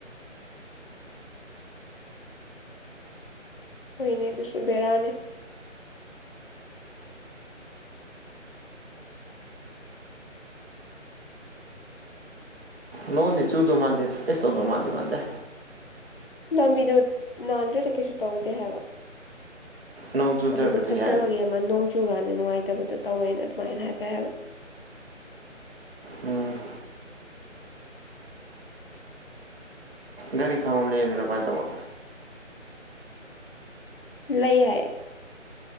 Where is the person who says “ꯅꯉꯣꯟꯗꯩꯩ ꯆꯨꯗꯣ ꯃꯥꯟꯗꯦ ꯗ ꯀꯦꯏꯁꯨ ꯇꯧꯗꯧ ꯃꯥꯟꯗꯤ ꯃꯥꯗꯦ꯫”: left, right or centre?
Right